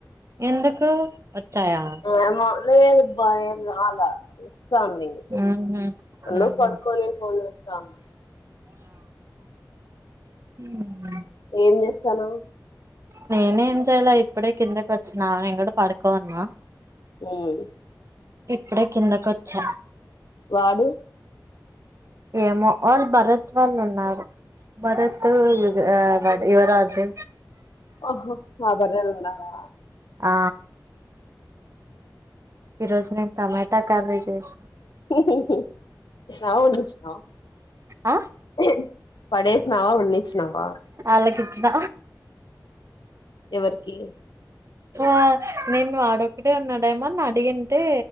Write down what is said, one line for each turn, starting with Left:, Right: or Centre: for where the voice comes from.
Right: ఎందుకు వచ్చాయా
Left: ఏమో లేదబ్బా ఏం రాలా వస్తా అంది
Right: ఊహూ
Left: నేను
Right: ఊహూ
Left: పడుకొని ఫోన్ చేస్తాను
Right: మ్మ్ హూ
Left: ఏం చేస్తానవ్
Right: నేనెం చేయాల ఇప్పుడే కిందకి వచ్చిన నేను కూడా పడుకోనున్నా
Left: మ్మ్
Right: ఇప్పుడే కిందక వచ్చా
Left: వాడు
Right: ఏమో వాళ్ళు భరత్ వాళ్ళు ఉన్నారు భరత్ యు అ యువరాజు
Left: ఓహో మా బర్రెలున్నారా
Right: ఆ ఈ రోజు నేను టమాటా క్యాబేజ్ చేసిన
Left: హూ హూ హూ స్నానం చేసినవా
Right: ఆ
Left: <unintelligible> పడేసినవా ఉన్నచ్చనావా
Right: వాళ్లకిచ్చిన
Left: ఎవరికి
Right: ఆ నేను వాడొక్కడే ఉన్నాడేమోని అడిగింటే